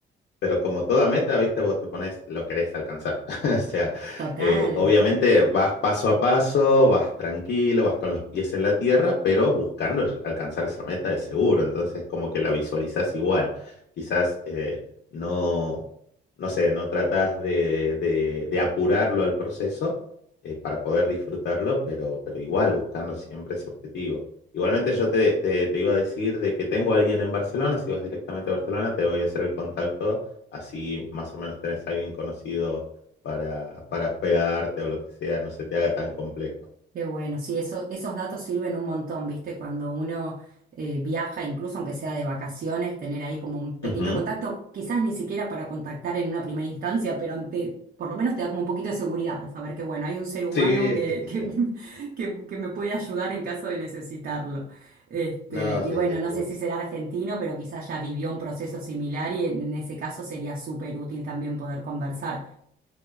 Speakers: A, on the left (about 65°); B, on the right (about 50°).
A: Pero como toda meta, viste, vos te pones lo querés alcanzar. <laughs> O sea,
B: Total.
A: eh, obviamente vas paso a paso, vas tranquilo, vas con los pies en la tierra, pero buscando alcanzar esa meta de seguro. Entonces, como que la visualizás igual. Quizás eh, no, no sé, no tratás de, de- de apurarlo al proceso eh, para poder disfrutarlo, pero, pero igual buscando siempre ese objetivo. Igualmente yo te, te te iba a decir de que tengo a alguien en Barcelona, si vas directamente a Barcelona, te voy a hacer el contacto así más o menos tenés a alguien conocido para, para hospedarte o lo que sea, no se te haga tan complejo.
B: Qué bueno, sí, eso, esos datos sirven un montón, ¿viste? Cuando uno eh, viaja, incluso aunque sea de vacaciones, tener ahí como un pequeño
A: Ujú.
B: contacto, quizás ni siquiera para contactar en una primera instancia, pero ante, por lo menos te da como un poquito de seguridad, saber que, bueno, hay un ser humano
A: Sí,
B: que,
A: sí, sí,
B: que,
A: sí.
B: <laughs> que, que me puede ayudar en caso de necesitarlo. Este,
A: No,
B: y
A: sí,
B: bueno,
A: sí, seguro.
B: no sé si será argentino, pero quizás ya vivió un proceso similar y en en ese caso sería súper útil también poder conversar.